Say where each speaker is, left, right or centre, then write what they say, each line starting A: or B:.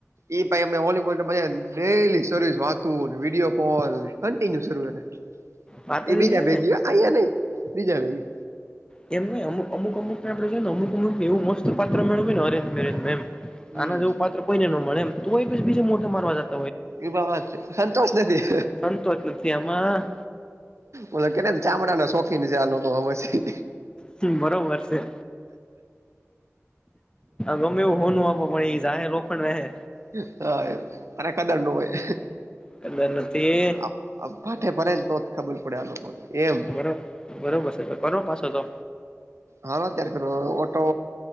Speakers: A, on the right; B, on the left.
A: એ ભાઈ અમે વોલીબોલ રમવા જાય ડેલી સર્વિસ વાતો ને વિડીયો કોલને કન્ટિન્યુ સારું એને.
B: વાત જ
A: એ બીજા
B: ઈ છે ને.
A: ભેગી હા અહીયા નઈ બીજા ભેગી.
B: એમ ને અમુ અમુક અમુક આપણે જોઈ ને અમુક અમુકને એવું મોસ્ટ પાત્ર મેળવુંય ને અરેન્જ મેરેજમાં એમ.
A: હમ
B: આના જેવું પાત્ર કોઈને ન મળે એમ તોય બીજે મોટા મારવા જ <unintelligible>
A: એ પણ વાત છે સંતોષ નથી.
B: સંતોષ નથી આમાં
A: ઓલ કે ને ચામડાના શોખીન છે આ લોકોમાં પછી.
B: તે બરોબર છે. ગમે એવું હોનું આપો પણ એ જા લોખંડ પાહે.
A: <unintelligible> નું હોય.
B: <unintelligible> નથી
A: આપ આ પાઠે ભરાય ને તો જ ખબર પડે આ લોકોને એમ.
B: બરો બરોબર છે તો કરો પાછો તો.
A: હાલો અત્યારે કરવો ઓટો